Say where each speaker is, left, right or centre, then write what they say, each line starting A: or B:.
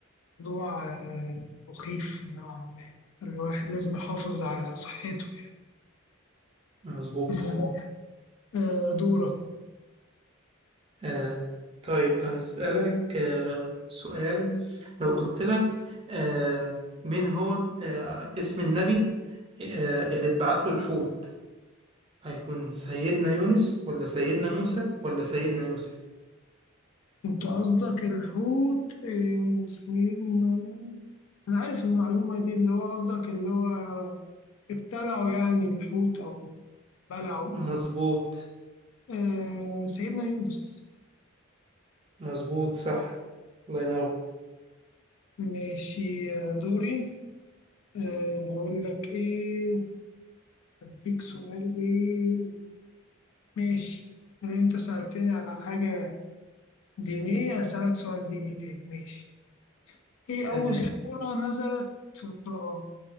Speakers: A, on the left (about 75°); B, on the right (about 25°).
A: موضوع آه، مخيف نوعا ما الواحد لازم يحافظ على صحته
B: مظبوط
A: يعني. آه، دورك
B: آه طيب هسألك آه سؤال لو قلت لك آه مين هو آه اسم النبي آه اللي اتبعت له الحوت هيكون سيدنا يونس ولا سيدنا موسى ولا سيدنا يوسف
A: انت قصدك الحوت آه، سيدنا انا عارف المعلومه دي اللي هو قصدك اللي هو ابتلعوا يعني الحوت او بلعوا
B: مظبوط
A: آه سيدنا يونس
B: مظبوط صح الله ينور
A: ماشي آه، دوري آه أقول لك إيه أديك سؤال إيه ماشي مادام أنت سألتني على حاجة دينية هسألك سؤال ديني تاني ماشي إيه أول
B: تمام
A: سورة نزلت في القرآن